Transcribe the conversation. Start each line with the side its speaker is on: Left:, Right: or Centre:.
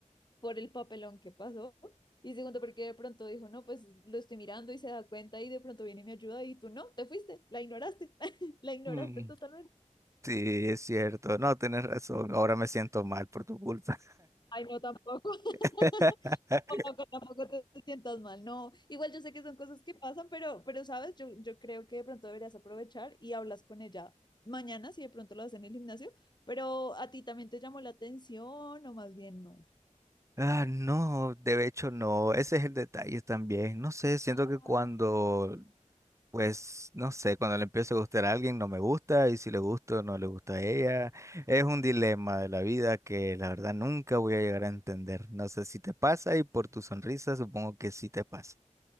Left: por el papelón que pasó. Y segundo, porque de pronto dijo, no, pues lo estoy mirando y se da cuenta y de pronto viene y me ayuda y tú no, te fuiste, la ignoraste, <laughs> la ignoraste
Right: Mm,
Left: totalmente.
Right: <laughs> sí, es cierto, no, tienes razón, ahora me siento mal por tu culpa.
Left: Ay, no, tampoco. <laughs>
Right: <laughs>
Left: Tampoco, tampoco te sientas mal. No, igual yo sé que son cosas que pasan, pero, pero sabes, yo, yo creo que de pronto deberías aprovechar y hablas con ella mañana si de pronto lo haces en el gimnasio, pero a ti también te llamó la atención o más bien no.
Right: Ah, no, de hecho no, ese es el detalle también. No sé, siento
Left: Ah,
Right: que cuando Pues no sé, cuando le empiezo a gustar a alguien no me gusta y si le gusto no le gusta a ella. Es un dilema de la vida que la verdad nunca voy a llegar a entender. No sé si te pasa y por tu sonrisa supongo que sí te pasa.